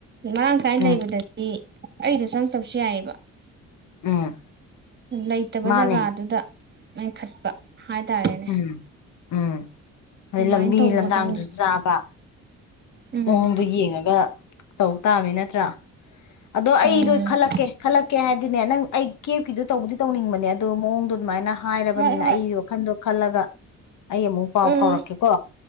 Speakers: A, on the right; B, on the left.
A: ꯃꯔꯥꯡ ꯀꯥꯏꯅ
B: ꯎꯝ
A: ꯂꯩꯕꯗꯗꯤ ꯑꯩꯗ ꯆꯪ ꯇꯧꯁꯨ ꯌꯥꯏꯑꯕ
B: ꯎꯝ
A: ꯂꯩꯇꯕ
B: ꯃꯥꯅꯦ
A: ꯖꯒꯥꯗꯨꯗ ꯃꯦꯟꯈꯠꯄ ꯍꯥꯏꯇꯥꯔꯦꯅꯦ
B: ꯎꯝ ꯎꯝ
A: ꯑꯗꯨꯃꯥꯏꯅ
B: ꯑꯗꯩ ꯂꯝꯕꯤ
A: ꯇꯧꯒꯗꯕꯅꯤ
B: ꯂꯝꯗꯥꯡꯗꯨꯁꯨ ꯆꯥꯕ
A: ꯎꯝ
B: ꯃꯑꯣꯡꯗ ꯌꯦꯡꯉꯒ ꯇꯧ ꯇꯥꯕꯃꯤ ꯅꯠꯇ꯭ꯔꯥ ꯑꯗꯣ
A: ꯎꯝ
B: ꯑꯩꯗꯣ ꯈꯜꯂꯛꯀꯦ ꯈꯜꯂꯛꯀꯦ ꯍꯥꯏꯗꯤꯅꯦ ꯅꯪ ꯑꯩ ꯀꯦꯞꯀꯤꯗꯣ ꯇꯧꯕꯗꯤ ꯇꯧꯅꯤꯡꯕꯅꯦ ꯑꯗꯣ ꯃꯑꯣꯡ ꯑꯗꯨꯠꯃꯥꯏꯅ ꯍꯥꯏꯔꯕꯅꯤꯅ
A: ꯍꯣꯏ ꯍꯣꯏ
B: ꯑꯩꯒꯤ ꯋꯥꯈꯟꯗꯣ ꯈꯜꯂꯒ ꯑꯩ ꯑꯃꯨꯛ ꯄꯥꯎ
A: ꯎꯝ
B: ꯐꯥꯎꯔꯛꯀꯦꯀꯣ